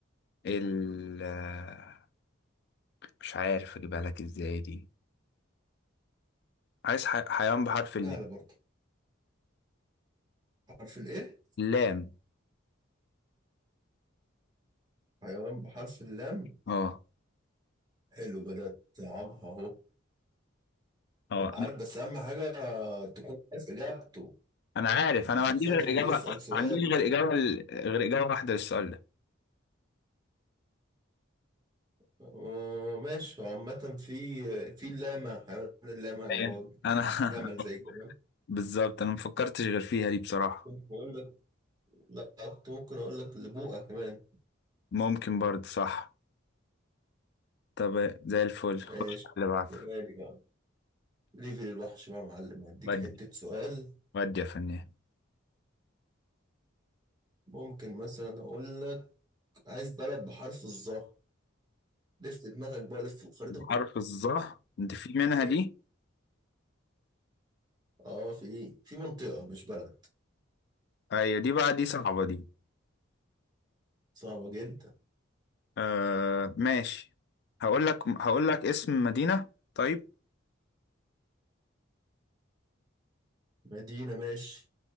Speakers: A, on the left; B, on the right.
A: ال آه، مش عارف اجيبها لك ازاي دي عايز ح- حيوان بحرف اللام
B: سهلة برضه عارف الايه؟
A: اللام
B: حيوان بحرف اللام
A: اه
B: حلو بدأت أصعبها أهو
A: اه
B: عارف بس أهم حاجة تكون عارف إجابته
A: انا عارف انا
B: عشان
A: ما عنديش
B: خاطر
A: غير اجابه
B: اللي يسأل
A: ما
B: سؤال
A: عنديش غير اجابه غير اجابه واحده للسؤال ده
B: آه، ماشي هو عامة في في اللاما حيوان اللاما اللي
A: هي
B: هو
A: انا <laughs>
B: جمل زي الجمل
A: بالظبط انا ما فكرتش غير فيها دي بصراحه
B: ممكن أقول لك لا كنت ممكن أقول لك لبوقة كمان
A: ممكن برضه صح طب زي الفل خش
B: ماشي
A: على اللي بعده
B: سؤالي بقى ليفل الوحش بقى يا معلم هديك
A: ودي
B: حتة سؤال
A: ودي يا فنان
B: ممكن مثلا أقول لك عايز بلد بحرف الظا لف دماغك بقى لف الخريطة
A: حرف الظهر انت في منها
B: كلها
A: دي
B: اه في في منطقة مش بلد
A: ايوه دي بقى دي صعبه دي
B: صعبة جدا
A: آه ماشي هقول لك هقول لك اسم مدينه طيب
B: مدينة ماشي